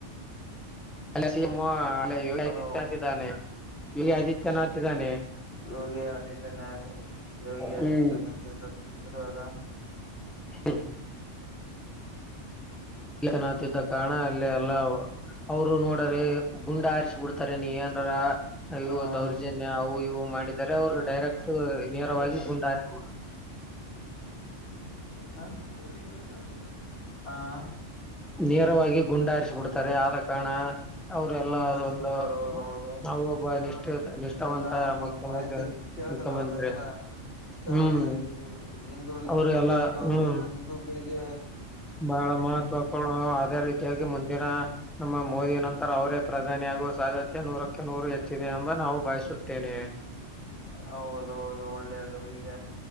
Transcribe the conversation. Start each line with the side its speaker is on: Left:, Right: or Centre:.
Centre: ಅಲ್ಲಿ ಸಿ ಎಂ ಅಲ್ಲಿ ಯೋಗಿ
Left: ಹಲೋ
Centre: ಆದಿತ್ಯ ಅಂತಿದ್ದಾನೆ ಇಲ್ಲಿ ಆದಿತ್ಯನಾಥ್ ಇದ್ದಾನೆ.
Left: ಯೋಗಿ ಆದಿತ್ಯನಾ ಯೋಗಿ ಆದಿತ್ಯನಾಥ್
Centre: ಹ್ಮ್
Left: ರವರ
Centre: ಹ್ಮ ಇಲ್ಲಿ ಆದಿತ್ಯನಾಥ್ ಕಾರಣ ಅಲ್ಲಿ ಎಲ್ಲ ಅ ಅವರು ನೋಡರೆ ಗುಂಡ ಹಾರಿಸ್ ಬುಡ್ತಾರೆ ನೀ ಏನ್ರಾ ಅ
Left: ಹ
Centre: ದೌರ್ಜನ್ಯ ಅವು ಇವು ಮಾಡಿದರೆ ಅವ್ರು
Left: ಎಲ್ಲ
Centre: ಡೈರೆಕ್ಟ್ ನೇರವಾಗಿ
Left: ಶಾಲೆಗೆ
Centre: ಗುಂಡಾ ಹಾರಿಸ್
Left: ಹ <unintelligible> ಹಾ
Centre: ನೇರವಾಗಿ ಗುಂಡು ಹಾರಿಸಿಬಿಡ್ತಾರೆ ಆದ ಕಾರಣ ಅವರು ಎಲ್ಲಾ
Left: ಗುಂಡಾರಿಸಿ
Centre: ಒಂದು
Left: ಬಿಡ್ತಾರ ಹೌದ ಹೌದು
Centre: ನಾವು ಒಬ್ಬ ನಿಷ್ಠೆ ನಿಷ್ಠಾವಂತ
Left: ಎಲ್ಲಾ
Centre: ಮುಖ್ಯಮಂತ್ರಿ
Left: ಮಾಹಿತಿ ಕೇಳಗಲ್ಲ
Centre: ಮುಖ್ಯಮಂತ್ರಿ
Left: ಅವರು ಎಲ್ಲಾ ಅಷ್ಟು
Centre: ಹ್ಮ್
Left: ಊ ಹಿಂದುಳಿ
Centre: ಅವರು
Left: ಹಿಂದುಳಿದವ
Centre: ಎಲ್ಲಾ
Left: ವರ್ಗ
Centre: ಹ್ಮ್
Left: ಹಿಂದ್ ಅದು ಬೆಳಿಗ್ಗೆ
Centre: ಬಹಳ ಮಹತ್ವಪೂ ಅದೇ ರೀತಿಯಾಗಿ ಮುಂದಿನ ನಮ್ಮ ಮೋದಿ ನಂತರ ಅವರೇ ಪ್ರಧಾನಿ ಆಗುವ ಸಾಧ್ಯತೆ ನೂರಕ್ಕೆ ನೂರು ಹೆ ಚ್ಚಿದೆ ಎಂಬ ನಾವು ಬಯಸುತ್ತೇನೆ.
Left: ಹೌದೌದು ಒಳ್ಳೇದು ಈಗ